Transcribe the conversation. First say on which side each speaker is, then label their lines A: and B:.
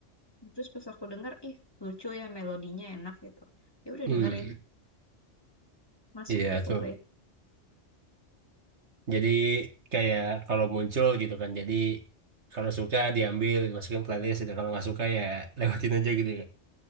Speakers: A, on the left; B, on the right.
A: terus pas aku denger ih lucu ya melodinya enak gitu ya udah
B: Hmm,
A: dengerin masuk
B: iya
A: deh ke
B: tuh.
A: play
B: Jadi kayak kalau muncul gitu kan. Jadi kalau suka diambil dimasukin playlist gitu. Kalau nggak suka ya <laughs> lewatin aja gitu ya.